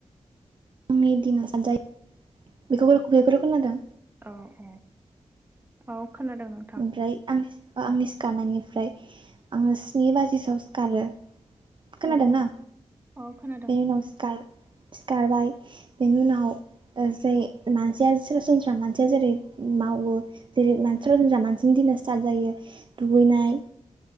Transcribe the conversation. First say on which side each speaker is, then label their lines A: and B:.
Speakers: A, on the right; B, on the right.
A: आंनि दिना सानजायो बेखौ बेखौ खोनादों।
B: औ औ औ खोनादों नों
A: ओमफ्राय आंनि आंनि सिखारनायनिफ्राय आङो स्नि बाजिसोआव सिखारो। खोनादोंना?
B: औ औ औ खोनादों
A: बेनि उनावखार सिखारबाय बेनि उनाव। जै मानसिया सरासनस्रा मानसिया जेरै मावो। जेरै मानसिफ्रा जोंज्रा मानसिनि दिननो स्टार्ट जायो दुगैनाय।